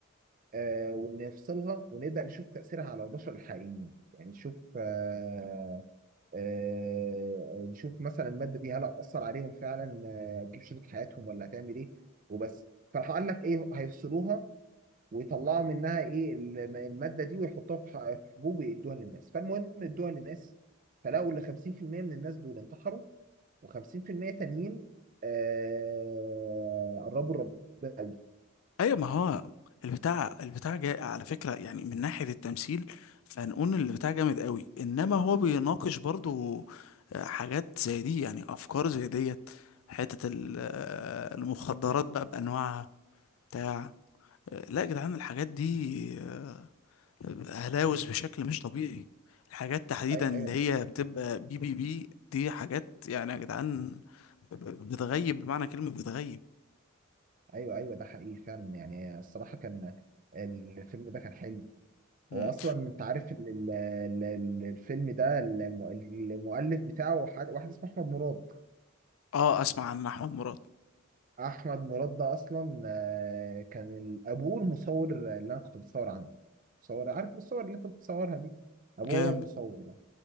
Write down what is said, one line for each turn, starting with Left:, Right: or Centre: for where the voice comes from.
Right: آه ونفصلها ونبدأ نشوف تأثيرها على البشر الحقيقيين يعني نشوف آه آه نشوف مثلا المادة دي هل هتأثر عليهم فعلا آه، هتجيب شريط حياتهم ولا هتعمل إيه وبس فراح قال لك إيه هيفصلوها ويطلعوا منها ايه الم- الماده دي ويحطوها في ح- في حبوب ويدوها للناس فالمهم ادوها للناس فلقوا ان 50% من الناس دول انتحروا و50% تانيين آه قربوا ربنا قوي
Left: ايوه ما هو البتاع البتاع جاي على فكرة يعني من ناحية التمثيل فنقول ان البتاع جامد قوي انما هو بيناقش برضو آه، حاجات زي دي يعني افكار زي ديت حتة ال- آه، المخدرات بقى بانواعها بتاع آه، لا يا جدعان الحاجات دي آه، هلاوس بشكل مش طبيعي الحاجات تحديدا
Right: ايوه
Left: اللي
Right: ايوه ده
Left: هي بتبقى بي بي بي دي حاجات يعني يا جدعان ب- ب- بتغيب بمعنى كلمة بتغيب
Right: ايوه ايوه ده حقيقي فعلا يعني الصراحه كان الفيلم ده كان حلو
Left: مم.
Right: هو اصلا انت عارف ان ال- ال- ال- الفيلم ده الم- المؤلف بتاعه حد- واحد اسمه احمد مراد
Left: اه اسمع عن احمد مراد
Right: احمد مراد ده اصلا آه، كان ال- ابوه المصور اللي انا كنت بتصور عنده مصور عارف الصور اللي انت بتصورها دي ابوه
Left: جامد
Right: هو المصور ده